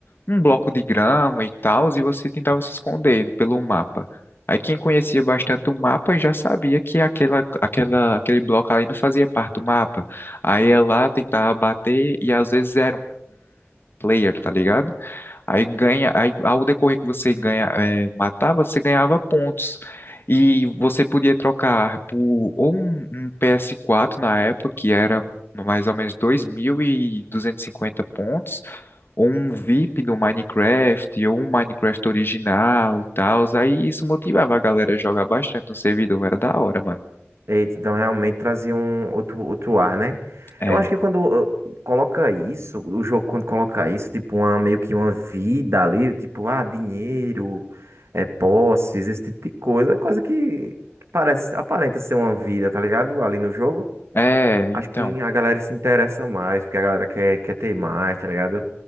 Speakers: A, on the left (about 50°); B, on the right (about 70°).
A: um bloco de grama e tal, e você tentava se esconder pelo mapa. Aí quem conhecia bastante o mapa já sabia que aquela, aquela, aquele bloco ali não fazia parte do mapa. Aí ia lá, tentava bater e às vezes era um player, tá ligado? Aí ganha, aí ao decorrer que você ganha, é, matava, você ganhava pontos. E você podia trocar por ou um, um PS4 na época, que era mais ou menos dois mil e e duzentos e cinquenta pontos, ou um VIP do Minecraft, ou um Minecraft original e tal. Aí isso motivava a galera a jogar bastante no servidor, era da hora, mano.
B: Eita, então realmente trazia um outro, outro ar, né?
A: É,
B: Eu acho que quando uh, coloca isso, o jogo quando coloca isso, tipo, uma, meio que uma vida ali, tipo, ah, dinheiro, é, posses, esse tipo de coisa, é coisa que parece, aparenta ser uma vida, tá ligado? Ali no jogo.
A: é,
B: Acho
A: então,
B: que a galera se interessa mais, porque a galera quer, quer ter mais, tá ligado?